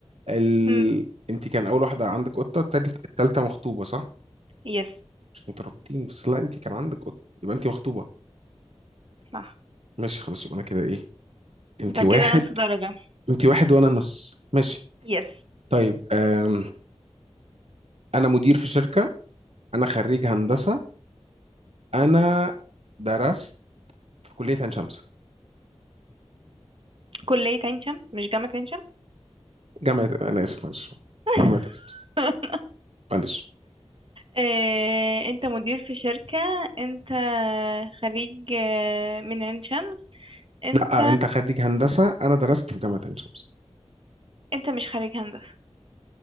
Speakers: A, on the right; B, on the right.
A: ال...
B: هم.
A: انت كان اول واحده عندك قطه التالت- التالته مخطوبه صح
B: يس
A: مش مترابطين بس لا انت كان عندك قطه يبقى انت مخطوبه
B: صح
A: ماشي خلاص يبقى انا كده ايه انت
B: انت
A: واحد
B: كده نص درجة
A: انت واحد وانا نص ماشي
B: يس
A: طيب أم... انا مدير في شركه انا خريج هندسه انا درست في كليه عين شمس
B: كلية عين شمس مش جامعة عين
A: جامعه انا اسف معلش
B: شمس
A: جامعه عين شمس
B: <laughs>
A: معلش
B: آه، انت مدير في شركة انت خريج آه، من عين شمس انت
A: لا آه، انت خريج هندسه انا درست في جامعه عين شمس
B: انت مش خريج هندسة